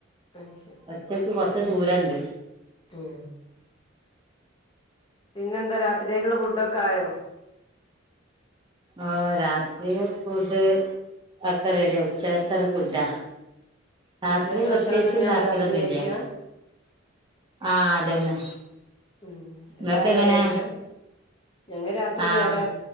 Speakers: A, on the left; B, on the right.
A: ആയ് ശെരി
B: ഒറ്റക്ക് കൊറച്ച് ദൂരണ്ട്
A: ഉം പിന്നെന്താ രാത്രിേക്കെക്ക്ള്ള ഫുഡൊക്കെ ആയോ
B: അഹ് രാത്രിയിലെ ഫുഡ് ഒക്കെ ററെഡിയാ ഉച്ചകത്തൊരു ഫുഡാ രാത്രി
A: ഉച്ചക്കത്തെ
B: പ്രത്യേകിച്ച്
A: ഭക്ഷണം തന്നെയാണോ
B: ണ്ടാക്കലൊന്നില്ല
A: രാത്രിയും കഴിക്കാ
B: അഹ് അതന്നെ
A: ഉം എല്ലാരും
B: ങ്ങക്ക് എങ്ങനെ
A: അത് കഴിക്കാ ഞങ്ങ രാത്രി
B: ആഹ്
A: വേറെ